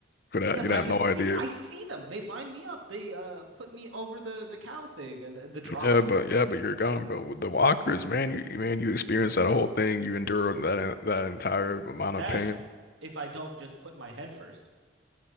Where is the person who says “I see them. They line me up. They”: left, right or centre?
Right